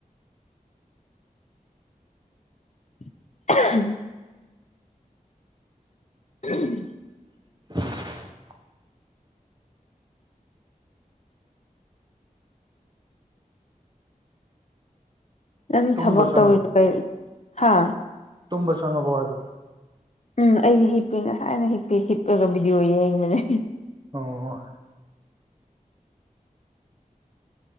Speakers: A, on the left; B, on the right.
A: <inaudible> <inaudible>
B: <inaudible>
A: ꯅꯪ
B: ꯇꯨꯝꯕ
A: ꯊꯕꯛ
B: ꯆꯪꯉꯕ
A: ꯇꯧꯔꯗꯣ ꯀꯏ ꯍꯥ
B: ꯇꯨꯝꯕ ꯆꯪꯉꯕꯣ ꯍꯥꯏꯕ
A: ꯎꯝ ꯑꯩꯗꯤ ꯍꯤꯞꯄꯤ ꯉꯁꯥꯏꯅ ꯍꯤꯞꯄꯤ ꯍꯤꯞꯄꯒ ꯚꯤꯗꯤꯑꯣ ꯌꯦꯡꯕꯅꯦ
B: ꯑꯣ